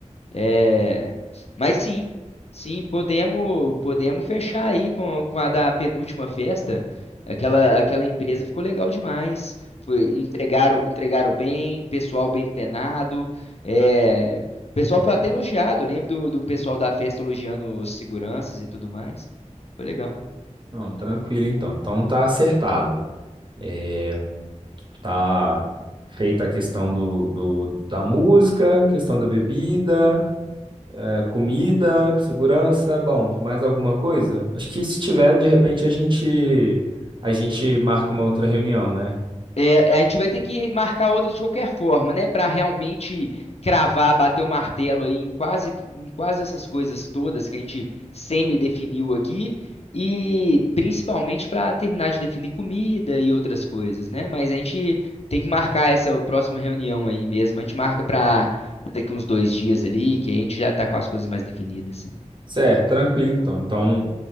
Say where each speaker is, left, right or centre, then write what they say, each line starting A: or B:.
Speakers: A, on the left (about 55°); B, on the right (about 40°).
A: É, mas sim, sim, podemos podemos fechar aí com, com a da penúltima festa. Aquela, aquela empresa ficou legal demais. Foi- entregaram, entregaram bem, pessoal bem treinado. é, o pessoal foi até elogiado. Lembro do, do pessoal da festa elogiando os seguranças e tudo mais. Foi legal.
B: Não, tranquilo então. Então tá acertado. É, tá feita a questão do, do, da música, questão da bebida. É, Comida, segurança, bom, mais alguma coisa? Acho que se tiver, de repente a gente a gente marca uma outra reunião, né?
A: É, a gente vai ter que marcar outra de qualquer forma, né? Para realmente cravar, bater o martelo aí em quase, em quase essas coisas todas que a gente semi-definiu aqui, e principalmente para terminar de definir comida e outras coisas, né? Mas a gente tem que marcar essa próxima reunião aí mesmo. A gente marca para daqui uns dois dias ali, que a gente já tá com as coisas mais definidas.
B: Certo, tranquilo então. Então,